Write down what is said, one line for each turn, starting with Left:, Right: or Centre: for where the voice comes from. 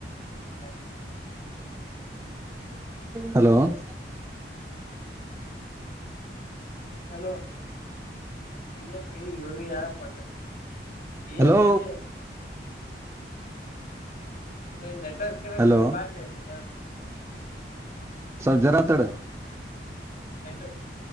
Left: ಬತ್ತಾಯಸ <unintelligible> ಮತ್ತೆ
Right: ಹಲೋ <unintelligible>
Left: ಯೂರಿಯಾ ಹಲೋ ಎಪಿ ಯೂರಿಯಾ ಪಟ್ಟ
Right: ಹಲೋ
Left: ಎಪಿ ಏನ್ ನೆಟ್ವರ್ಕ್ ಇರತೆ
Right: ಹಲೋ
Left: ಬಂದೇ ನೀ
Right: ಸರ್ ಜರಾ ತಡ
Left: ನೆಟ್